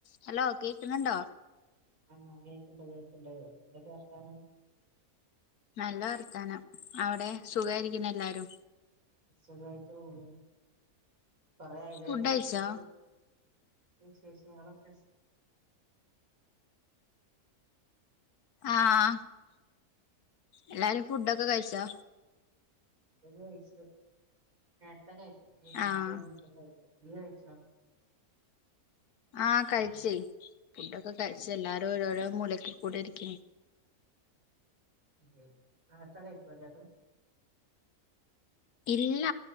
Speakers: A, on the left (about 80°); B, on the right (about 65°).
A: Hello കേക്ക്ണുണ്ടോ
B: ആഹ് കേക്ക്ണ്ട് കേക്ക് ണ്ട് ന്തൊക്കെ വർത്താനം
A: നല്ല വർത്താനം അവിടെ സുഖായിരിക്കുന്നല്ലാരും
B: സുഖായിട്ട് പോണു കൊറെ ആയില്ലേ
A: ഫുഡ്
B: വിളിചിട്ട്
A: കഴിച്ചോ
B: വിശേഷങ്ങളൊക്കെ
A: ആഹ്
B: ഉം
A: എല്ലാരും ഫുഡൊക്കെ കഴിച്ചോ
B: <unintelligible> കഴിച്ചു നേരത്തെ കഴിക്കും ഏഴു മണിന്റെ
A: ആഹ്
B: മുൻപ് ഒക്കെ കഴിക്കും <unintelligible> കഴിച്ചോ
A: ആഹ് കഴിച്ചുയ്‌ ഫുഡൊക്കെ കഴിച്ച എല്ലാരും ഓരോരോ മൂലക്ക കൂടെ ഇരിക്ക്ന്
B: <unintelligible> നേരത്തെ കഴിക്കൊ എല്ലാവരും
A: ഇല്ല